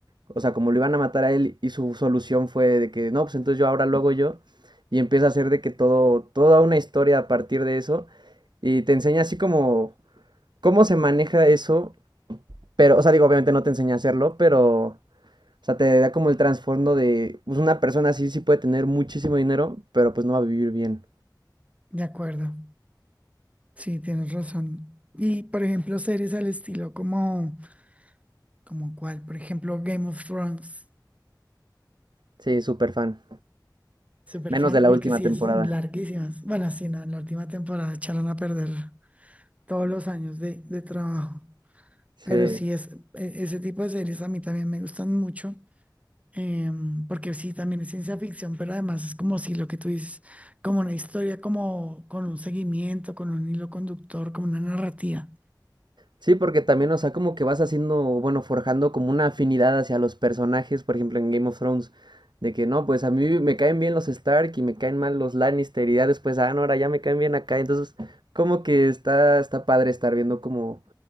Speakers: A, on the right; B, on the right.
A: o sea, como lo iban a matar a él y su solución fue de que no, pues entonces yo ahora lo hago yo y empieza a hacer de que todo, toda una historia a partir de eso y te enseña así como cómo se maneja eso, pero, o sea, digo, obviamente no te enseña a hacerlo, pero, o sea, te da como el trasfondo de, pues una persona así sí puede tener muchísimo dinero, pero pues no va a vivir bien.
B: de acuerdo. Sí, tienes razón. Y por ejemplo, series al estilo como, como cuál, por ejemplo, Game of Thrones,
A: Sí, súper fan.
B: super
A: Menos
B: fan,
A: de la
B: porque
A: última
B: sí,
A: temporada.
B: esas son larguísimas. Bueno, sí, no, en la última temporada echaron a perder todos los años de, de trabajo.
A: Sí.
B: Pero sí, es, e- ese tipo de series a mí también me gustan mucho, em, porque sí, también es ciencia ficción, pero además es como si lo que tú dices, como una historia, como con un seguimiento, con un hilo conductor, como una narrativa.
A: Sí, porque también, o sea, como que vas haciendo, bueno, forjando como una afinidad hacia los personajes, por ejemplo, en Game of Thrones, de que no, pues a mí me caen bien los Stark y me caen mal los Lannister y ya después, ah, no, ahora ya me caen bien acá, entonces como que está, está padre estar viendo como